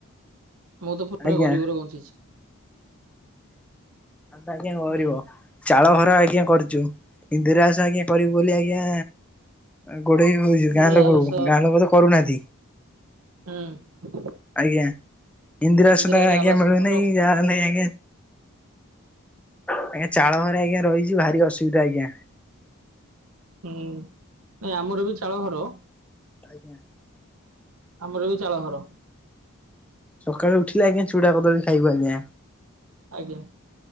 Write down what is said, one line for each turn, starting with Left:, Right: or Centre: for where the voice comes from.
Right: ମୁ ତ ପୁରା
Centre: ଆଜ୍ଞା
Right: ଗରିିବରେ ବଞ୍ଚିଛି।
Centre: ଆଜ୍ଞା ଗରିବ
Right: ହୁଁ
Centre: ଚାଳ ଘର ଆଜ୍ଞା କରିୁଛୁ ଇନ୍ଦିରାବାସ ଆଜ୍ଞା କରିବୁ ବୋଲି ଆଜ୍ଞା ଗୋଡେଇ ହଉଛି
Right: ଇନ୍ଦିରା
Centre: ଗାଁ ଲୋକକୁ
Right: ଆବାସ
Centre: ଗାଁ ଲୋକ ତ କରୁନାହାନ୍ତି।
Right: ହଁ।
Centre: ଆଜ୍ଞା ଇନ୍ଦିରାବାସ
Right: ଇନ୍ଦିରାର
Centre: ସୁଦ୍ଧା ଆଜ୍ଞା
Right: ଆବାସ
Centre: ମିଳୁନି
Right: ଘର
Centre: ଯାହାହଲେ ଆଜ୍ଞା ଆଜ୍ଞା ଚାଳଘରେ ଆଜ୍ଞା ରହିଛି ଭାରି ଅସୁବିଧା ଆଜ୍ଞା।
Right: ହୁଁ ନାଇଁ ଆମର ବି ଚାଳ ଘର।
Centre: ଆଜ୍ଞା।
Right: ଆମର ବି ଚାଳ ଘର।
Centre: ସକାଳେ ଉଠିଲେ ଆଜ୍ଞା ଚୁଡ଼ା କଦଳି ଖାଇବୁ ଆଜ୍ଞା।
Right: ଆଜ୍ଞା